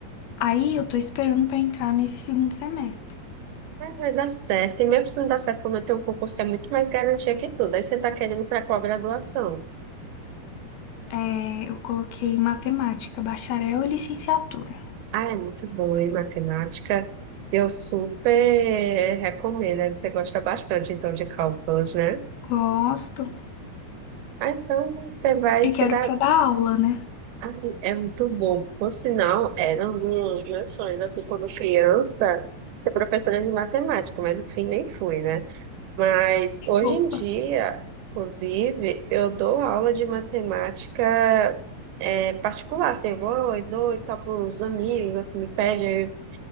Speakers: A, on the left; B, on the right.
A: Aí eu tô esperando pra entrar nesse segundo semestre.
B: ah, vai dar certo. E mesmo se não dar certo, como eu tenho um concurso que é muito mais garantia que tudo. Aí você tá querendo para qual graduação?
A: É, eu coloquei matemática, bacharel e licenciatura.
B: Ah, é muito bom, hein, matemática? Eu super recomendo, né? Você gosta bastante, então, de cálculos, né?
A: Gosto.
B: Ah, então você vai
A: E
B: se
A: quero
B: dar...
A: pra dar aula, né?
B: Ah, é muito bom. Por sinal, era um dos meus sonhos, assim, quando criança, ser professora de matemática, mas no fim nem fui, né? Mas hoje
A: Opa.
B: em dia, inclusive, eu dou aula de matemática é, particular, assim, eu vou e dou e tal para os amigos, me pedem,